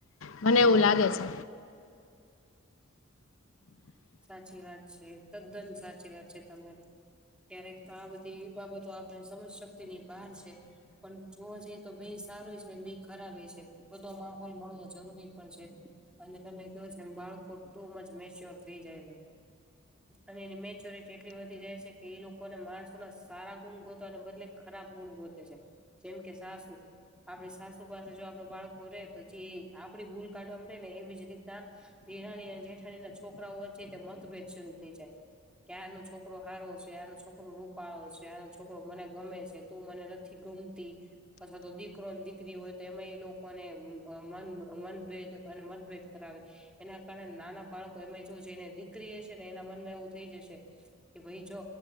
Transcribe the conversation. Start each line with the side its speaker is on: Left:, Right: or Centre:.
Left: મને એવું લાગે છે.
Centre: સાચી વાત છે, તદ્દન સાચી વાત છે, તમારી ક્યારેક આ બધીબાબતો આપણે સમજ શક્તિની બહાર છે. પણ જોવા જએ તો બે સારું છે, બે ખરાબ છે. બધો માહોલ મળવો જરૂરી પણ છે, અને તમે કયો છે, એમ બાળકો ટુમજ મેચ્યોર થઈ જાય છે. અને એની મેચ્યોરિટી એટલી વધી જાય છે, કે એ લોકોને માણસોના સારા ગુણ ગોતાને બદલે ખરાબ ગુણ ગોતે છે, જેમ કે સાસુ આપણી સાસુ પાસે જો આપડે બાળકો રે તો જે આપડી ભૂલ કાઢવાવામાં રે ને એવી જ રીતના દેરાણી અને જેઠાણીના છોકરાઓ વચ્ચે તે મતભેદ શરૂ થઈ જાય કે આનો છોકરો હારો છે, આનો છોકરો રૂપાળો છે, આનો છોકરો મને ગમે છે. તુ મને નથી ગમતી અથવા તો દીકરો દીકરી હોય તો એમાં લોકોને અ મન મનભેદ અને મતભેદ કરાવે એના કારણે નાના બાળકો એમે જો જેને દીકરી હશે ને એના મનમાં એવું થઈ જશે કે ભાઈ જો